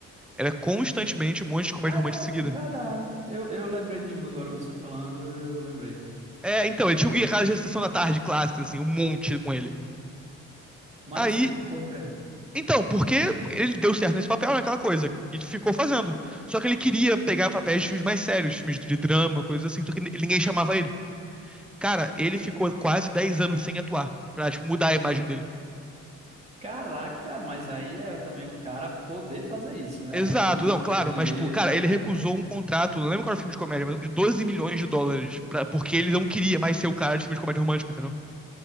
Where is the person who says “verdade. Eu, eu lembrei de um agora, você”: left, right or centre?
Right